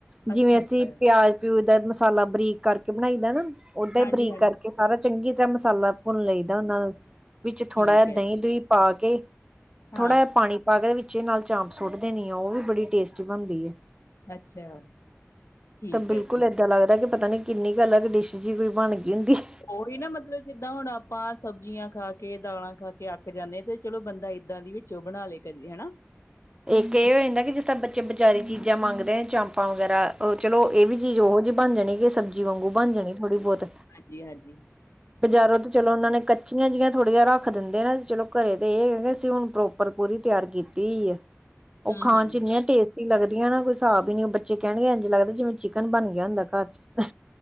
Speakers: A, on the right (about 20°); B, on the left (about 75°).
A: ਜਿਵੇਂ
B: ਅੱਛਾ
A: ਅਸੀਂ
B: ਅੱਛਾ
A: ਪਿਆਜ-ਪਿਊਜ ਦਾ ਮਸਾਲਾ ਬਰੀਕ ਕਰਕੇ ਬਨਾਈ ਦਾ ਨਾ, ਓਦਾ
B: ਹਾਂਜੀ
A: ਬਰੀਕ
B: ਹਾਂਜੀ
A: ਕਰਕੇ ਸਾਰਾ ਚੰਗੀ ਤਰ੍ਹਾਂ ਮਸਾਲਾ ਭੁੰਨ ਲਈਦਾ ਓਹਨਾਂ ਦਾ, ਵਿੱਚ ਥੋੜ੍ਹਾ
B: ਠੀਕ
A: ਜਿਹਾ
B: ਹੈ
A: ਦਈ-ਦੁਈ
B: ਜੀ
A: ਪਾ ਕੇ
B: ਹਾਂ
A: ਥੋੜ੍ਹਾ ਜਾ ਪਾਨੀ ਪਾ ਕੇ, ਵਿੱਚੇ ਨਾਲ ਚਾਂਪ ਸੁੱਟ ਦੇਣੀ ਆ, ਓ ਵੀ ਬੜੀ ਟੇਸਟੀ ਬਨਦੀ ਐ।
B: ਅੱਛਾ ਠੀਕ
A: ਤੇ ਬਿਲਕੁਲ
B: ਹੈ ਜੀ
A: ਏਦਾਂ ਲੱਗਦਾ ਕੇ, ਪਤਾ ਨੀ ਕਿੰਨੀ ਕੁ ਅਲੱਗ ਡਿਸ਼ ਜੀ ਕੋਈ ਬਨਗੀ ਹੁੰਦੀ ਐ।
B: ਓ ਹੀ ਨਾ ਮਤਲਬ ਜਿੱਦਾਂ ਹੁਣ ਆਪਾਂ, ਸਬਜ਼ੀਆਂ ਖਾ ਕੇ ਦਾਲਾਂ ਖਾ ਕੇ ਅੱਕ ਜਾਂਦੇ ਆ ਤੇ ਚਲੋ ਬੰਦਾ ਏਦਾਂ ਦੀ ਵੀ ਚੋ ਬਨਾ ਲੇ, ਕਦੀ ਹਨਾ।
A: ਇੱਕ
B: ਹਾਂਜੀ,
A: ਏ ਹੋ ਜਾਂਦਾ ਕੇ, ਜਿਸ ਤਰ੍ਹਾਂ ਬੱਚੇ ਬੇਚਾਰੇ ਚੀਜ਼ਾਂ ਮੰਗਦੇ ਨੇ, ਚਾਂਪਾਂ ਵਗੈਰਾ ਓ ਚਲੋ, ਏ ਵੀ ਚੀਜ਼ ਓਹੋ ਜੀ ਬਨ ਜਾਣੀ ਕੇ ਸਬਜ਼ੀ ਵਾਂਗੂ ਬਨ ਜਾਣੀ, ਥੋੜੀ ਬੋਤ।
B: ਹਾਂਜੀ-ਹਾਂਜੀ।
A: ਬਾਜ਼ਾਰੋਂ ਤੋਂ ਚਲੋ, ਓਹਨਾਂ ਨੇ ਕੱਚੀਆਂ ਜੀਆਂ ਥੋੜੀ ਰੱਖ ਦਿੰਦੇ ਨਾ ਚਲੋ, ਘਰੇ ਤੇ ਏ ਐ ਵੀ ਅਸੀ ਹੁਣ ਪ੍ਰੋਪਰ ਪੂਰੀ ਤਿਆਰ ਕੀਤੀ ਹੋਈ ਆ। ਓ ਖਾਣ
B: ਹੂੰ ਹੂੰ
A: ਚ ਏਨੀਆਂ ਟੇਸਟੀ ਲੱਗਦੀਆਂ ਨਾ ਕੋਈ ਸਾਬ ਈ ਨੀ, ਬੱਚੇ ਕੈਨਗੇ ਇੰਝ ਲੱਗਦਾ, ਜਿਵੇਂ ਚਿਕਨ ਬਣ ਗਿਆ ਹੁੰਦੈ ਘਰ। ਚ